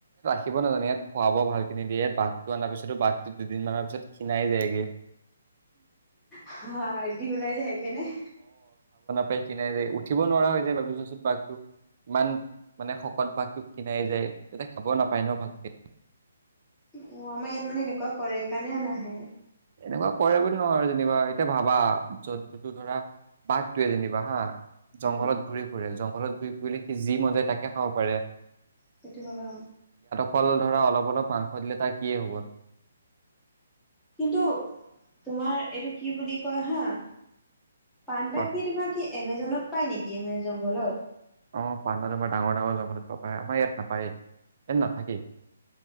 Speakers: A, on the right; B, in the centre.
A: থাকিব নাজানে ইয়াত খোৱাব ভালখিনি দিয়ে ইয়াত বাঘটো অনাৰ পিছতো বাঘটো দুদিনমানৰ পিছত খীনাই যায়গে।
B: হাৰ্ডি ওলাই যায় গেনে?
A: পাই কিনোই যে উঠিব নোৱাৰা হৈ যায় ভাবিছচোন বাঘটো। ইমান মানে শকত বাাঘটো ক্ষিনাই ন যায় যাতে খাব নাপায় ন ভালকে।
B: অ', আমাৰ ইয়াত মানে এনেকুৱা কৰে সেইকাৰণে নাহে।
A: এনেকুৱা কৰে বুলি নহয় যেনিবা এতিয়া ভাবা জন্তুটো ধৰা বাঘটোৱে যেনিবা হা', জংঘলত
B: উম
A: ঘূৰি ফুৰেল জংঘলত ঘূৰি কৰিলে সি যি মন যায় তাকে খাব পাৰে।
B: সেইটো হয়
A: কল ধৰা অলপ- অলপ মাংস দিলে তাৰ কি হ'বনো
B: কিন্তু তোমাৰ এইটো কি বুলি কয় হা', পাণ্ডা
A: ক'ত
B: কি তোমাৰ কি এমেজনত পায় নেকি এমেজংঘলত?
A: অ ', পাণ্ড তোমাৰ ডাঙৰ -ডাঙৰ জংঘলত পায়, আমাৰ ইয়াত নাপায় ইয়াত নাথাকেই।